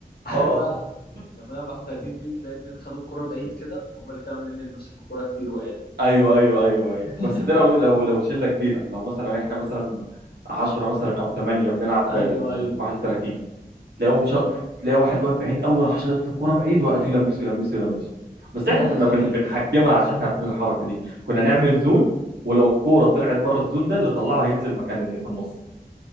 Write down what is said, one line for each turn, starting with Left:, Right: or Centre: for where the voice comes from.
Left: عارف
Right: اه
Left: بقى
Right: <laughs>
Left: لما لعبة 31 دي تلاقي اتنين خدوا الكرة بعيد كده وهما الاتنين عمالين يلمسوا في الكرة كتير وقعدوا
Right: ايوه ايوه ايوه ايوه
Left: <laughs>
Right: بس ده لو لو لو شله كبيره لو مثلا احنا مثلا 10 مثلا او 8 بنلعب
Left: ايوه
Right: ب
Left: ايوه
Right: 31 تلاقيهم شا... تلاقي واحد واقف بعيد قوي راح شايط له الكوره بعيد وقعدوا يلمسوا يلمسوا يلمسوا بس
Left: <laughs>
Right: احنا كنا بن...
Left: ايوه
Right: بنحجمها
Left: فعلا.
Right: عشان احنا عارفين الحركه دي كنا نعمل زون ولو الكوره طلعت بره الزون ده اللي طلعها ينزل مكان اللي في النص